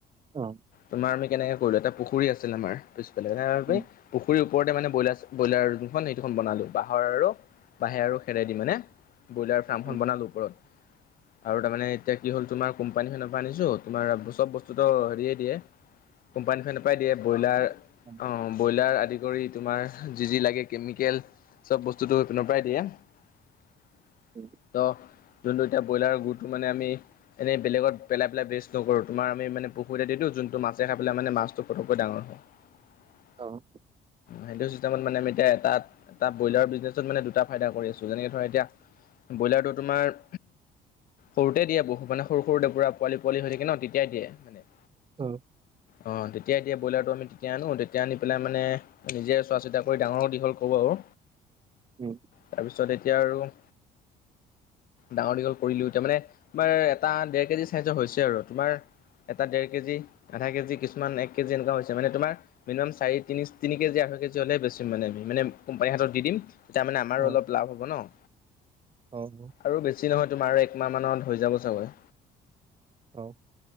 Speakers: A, on the right; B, on the left.
A: অ',
B: তোমাৰ আমি কেনেকে কৰিলো এটা পুখুৰী আছিল আমাৰ পিছফালে <unintelligible>
A: উম
B: পুখুৰী ওপৰতে মানে বইলাৰচ-বইলাৰ যোনখন এইটোখন বনালো বাঁহৰ আৰু বাঁহে আৰু খেৰে দি মানে। বইলাৰ ফাৰ্মখন
A: উম
B: বনালোঁ ওপৰত। আৰু তাৰমানে এতিয়া কি হ'ল তোমাৰ কোম্পানীখনৰ পৰা আনিছো তোমাৰ চব বস্তুটো হেৰিয়ে দিয়ে। কোম্পানী ফেনেৰ পাই দিয়ে বইলাৰ।
A: উম,
B: অ, ব্ৰইলাৰ আদি কৰি তোমাৰ যি-যি লাগে কেমি কেল, চব বস্তুটো সেইপিনৰ পৰাই দিয়ে ত'
A: উম
B: যোনটো এতিয়া বইলাৰৰ গুটো মানে আমি এনেই বেলেগত পেলাই বেষ্টকৰো তোমাৰ আমি মানে পুখুৰীতে দিওঁ যোনটো মাছে খাই পেলাই মানে মাছটো ফটকৈ ডাঙৰ হয়। <inaudible>
A: অ',
B: সেইটো চিষ্টেমত মানে আমি এতিয়া এটাত এটা ব্ৰইলাৰ বিজনেছত মানে দুটা ফাইদা কৰি আছো যেনেকে ধৰা এতিয়া বইলাৰটো তোমাৰ সৰুতে দিয়ে বহু মানে সৰু- সৰু তে পোৱালি -পোৱালি হৈ থাকে ন' তেতিয়াই দিয়ে মানে।
A: অ',
B: অ, তেতিয়া দিয়া বইলাৰটো আমি তেতিয়া আনো তেতিয়া আনি পেলাই মানে নিজে চোৱা চিতা কৰি ডাঙৰো দীঘল কৰো আৰু।
A: উম,
B: তাৰপিছত এতিয়া আৰু ডাঙৰ দীঘল কৰিলো তাৰ মানে তোমাৰ এটা ডেৰ কেজি চাইজৰ হৈছে আৰু তোমাৰ এটা ডেৰ কেজি, আধা কেজি, কিছুমান এক কেজি এনেকুৱা হৈছে মানে তোমাৰ মিনিমাম চাৰি তিনি-তিনি কেজি আঢ়ৈ কেজি হ'লে বেছি মানে-মানে কোম্পানীৰ হাতত দি দিম তেতিয়া আমাৰো
A: অ
B: অলপ লাভ হ'ব ন'।
A: অ',
B: আৰু বেছি নহয় তোমাৰ একমাহমানত হৈ যাব চাগৈ।
A: অ',